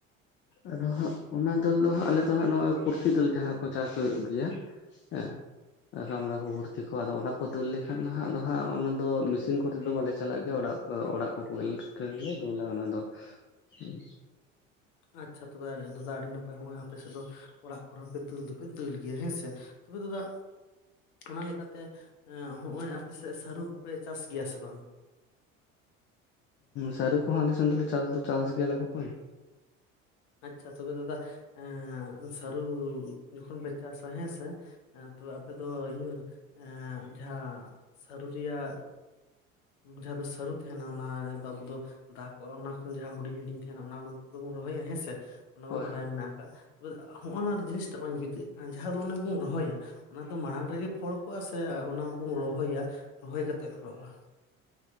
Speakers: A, on the left; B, on the left.
A: ᱟᱫᱚ ᱦᱟᱸᱜ ᱚᱱᱟ ᱫᱟᱹᱞ ᱫᱚ ᱦᱟᱸᱜ ᱟᱞᱮ ᱫᱚ ᱦᱟᱸᱜ ᱱᱚᱜᱼᱚᱭ ᱠᱩᱨᱛᱤ ᱛᱟᱹᱞ ᱡᱟᱦᱟ ᱠᱚ ᱪᱟᱥ ᱦᱩᱭᱩᱜ ᱜᱮᱭᱟ ᱦᱮᱸ ᱨᱟᱢᱲᱟ ᱠᱚ ᱠᱩᱨᱛᱤ ᱠᱚ ᱟᱫᱚ ᱚᱱᱟ ᱠᱚ ᱫᱟᱹᱞ ᱞᱮᱠᱷᱟᱱ ᱫᱚ ᱦᱟᱜ ᱫᱚ ᱦᱟᱸᱜ ᱚᱱᱟ ᱫᱚ ᱢᱮᱥᱤᱱ ᱠᱚᱨᱮ ᱫᱚ ᱵᱟᱞᱮ ᱪᱟᱞᱟᱜ ᱜᱮᱭᱟ ᱚᱲᱟᱜ ᱚᱲᱟᱜ <unintelligible> ᱫᱟᱹᱞᱟ ᱚᱱᱟ ᱫᱚ ᱦᱩᱸ
B: ᱟᱪᱪᱷᱟ ᱛᱚᱵᱮ ᱟᱨ ᱟᱹᱰᱤ ᱱᱟᱯᱟᱭ ᱦᱚᱸᱜᱼᱚᱭ ᱟᱯᱮ ᱥᱮᱫ ᱫᱚ᱾ ᱚᱲᱟᱜ ᱠᱚᱨᱮ ᱦᱚᱸ ᱯᱮ ᱫᱟᱹᱞ ᱫᱚᱯᱮ ᱫᱟᱹᱞ ᱜᱮᱣᱟ ᱦᱮᱸᱥᱮ ᱛᱚᱵᱮ ᱫᱟᱫᱟ᱾ ᱚᱱᱟ ᱞᱮᱠᱟᱛᱮ ᱦᱚᱜ ᱚᱭ ᱟᱯᱮᱥᱮᱫ ᱥᱟᱹᱨᱩ ᱠᱚᱯᱮ ᱪᱟᱥ ᱜᱮᱣᱟ ᱥᱮ ᱵᱟᱝ?
A: ᱥᱟᱨᱩ ᱠᱚ ᱦᱚᱸ ᱟᱞᱮ ᱥᱮᱱ ᱫᱚ ᱪᱟᱥ ᱫᱚ ᱞᱮ ᱪᱟᱥ ᱜᱮᱣᱟ ᱠᱚ ᱵᱚᱠᱚᱧ᱾
B: ᱟᱪᱪᱷᱟ ᱛᱚᱵᱮ ᱫᱟᱫᱟ ᱮᱸ ᱥᱟᱹᱨᱩ ᱡᱚᱠᱷᱚᱱ ᱯᱮ ᱪᱟᱥᱟ ᱦᱮᱸᱥᱮ᱾ ᱮᱸ ᱛᱚᱵᱮ ᱟᱯᱮ ᱫᱚ ᱤᱭᱟᱹ ᱮ ᱡᱟᱦᱟᱸ ᱥᱟᱹᱨᱩ ᱨᱮᱭᱟᱜ᱾ ᱡᱟᱦᱟ ᱫᱚ ᱥᱟᱹᱨᱩ ᱛᱟᱦᱮᱱᱟ ᱚᱱᱟ ᱡᱟᱦᱟ ᱫᱚ ᱟᱵᱚ ᱫᱚ᱾ ᱫᱟᱜ ᱠᱚᱜᱼᱟ ᱚᱱᱟ ᱠᱷᱚᱱ ᱡᱟᱦᱟᱸ ᱦᱩᱰᱤᱧ ᱦᱩᱰᱤᱧ ᱛᱟᱦᱮᱱᱟ ᱚᱱᱟ ᱠᱚ ᱠᱚ ᱵᱚᱱ ᱨᱚᱦᱚᱭᱟ ᱦᱮᱸᱥᱮ ᱚᱱᱟ
A: ᱦᱳᱭ
B: ᱢᱟ ᱵᱟᱰᱟᱭ ᱢᱮᱱᱟᱜᱼᱟ᱾ ᱛᱚ ᱦᱚᱸᱜᱼᱱᱟ ᱡᱤᱱᱤᱥᱴᱟᱜ ᱵᱟᱹᱧ ᱵᱩᱟᱹᱜᱼᱟ ᱡᱟᱦᱟᱸ ᱫᱚ ᱚᱱᱮ ᱵᱚᱱ ᱨᱚᱦᱚᱭᱟ᱾ ᱚᱱᱟ ᱫᱚ ᱢᱟᱲᱟᱝ ᱨᱮᱜᱮ ᱯᱷᱳᱚᱲ ᱠᱚᱜᱼᱟ ᱥᱮ ᱚᱱᱟ ᱵᱚᱱ ᱨᱚᱦᱚᱭᱟ ᱨᱚᱦᱚᱭ ᱠᱟᱛᱮᱜ ᱯᱷᱳᱲᱚᱜᱼᱟ?